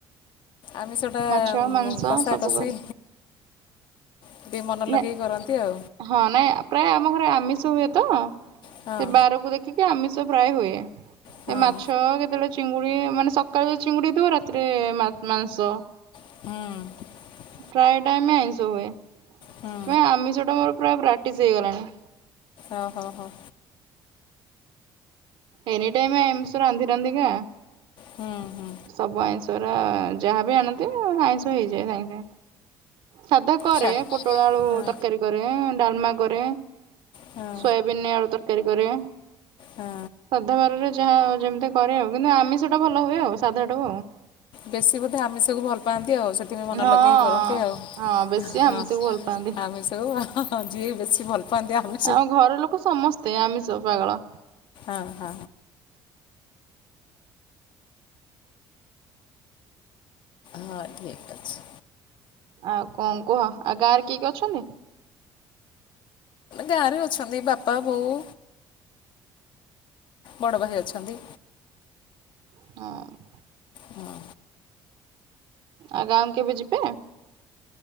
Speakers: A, on the left (about 65°); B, on the right (about 75°).
A: ଆମିଶ ଟା
B: ମାଛ ମାଂସ
A: କଷା
B: ସବୁ
A: କଷି
B: କରେ।
A: ଟିକେ ମନ
B: ନା
A: ଲଗେଇକି କରନ୍ତି ଆଉ।
B: ହଁ ନାଇଁ ପ୍ରାୟ ଆମ ଘରେ ଆମିଷ ହୁଏ ତ।
A: ହଁ
B: ସେ ବାରକୁ ଦେଖିକି ଆମିଷ ପ୍ରାୟ ହୁଏ
A: ହଁ
B: ସେ ମାଛ କେତେବେଳେ ଚିଙ୍ଗୁଡି ମାନେ ସକାଳୁ ଚିଙ୍ଗୁଡି ଦିବ ରାତିରେ ମାଂସ।
A: ହଁ।
B: ପ୍ରାୟେ ଟାଇମ ଆଇଁଷ ହୁଏ ସେଥିପାଇଁ
A: ହୁଁ
B: ଆମିଷ ଟା ମୋର ପ୍ର ପ୍ରାଟିସ ହେଇଗଲାଣି।
A: ଅଃ ହ ହ ହ।
B: ଏନି ଟାଇମ୍ <unintelligible> ରାନ୍ଧି ରାନ୍ଧିକା
A: ହୁଁ ହୁଁ
B: ସବୁ ଆଇଁସ୍ <unintelligible> ଯାହା ବିି ଆଣନ୍ତି ଆଇଁଷ ହେଇଯାଏ ସାଙ୍ଗେସାଙ୍ଗେ। ସାଧା କରେ
A: ଛା
B: ପୋଟଳ ଆଳୁ
A: ହଁ
B: ତରକାରୀ କରେ ଡାଲମା କରେ।
A: ହଁ
B: ସୋୟାବିନ୍ ଆଳୁ ତରକାରୀ କରେ।
A: ହଁ।
B: ଶାଧା ବାରିରେ ଯାହା ଯେମିତି କରେ ଆଉ କିନ୍ତୁ ଆମିଷଟା ଭଲ ହୁଏ ଆଉ ସାଧାଠୁ ଆଉ।
A: ବେଶୀ ବୋଧେ ଆମିଷକୁ ଭଲ ପାଆନ୍ତି ଆଉ ସେ <unintelligible> ମନ
B: ହଁ
A: ଲଗେଇ କରନ୍ତି ଆଉ
B: ହଁ ବେଶୀ ଆମିଷକୁ
A: ହଁ
B: ଭଲ ପାଆନ୍ତି।
A: ଆମିଷ କୁ ଆଉ। ହଁ ଯିଏ ବେଶୀ ଭଲ ପାଆନ୍ତି ଆମି
B: ଆମ ଘର ଲୋକ ସମସ୍ତେ ଆମିଷ ପାଗଳ।
A: ଅଃ। ହଁ ଠିକ୍ ଅଛି।
B: ଆଉ କଣ କୁହ ଆଉ ଗାଁ ରେ କିଏ କିଏ ଅଛନ୍ତି?
A: ଗାଁରେ ଅଛନ୍ତି ବାପା ବୋଉ। ବଡ଼ ଭାଇ ଅଛନ୍ତି।
B: ହଁ।
A: ହଁ।
B: ଆଉ ଗାଁକୁ କେବେ ଯିବେ?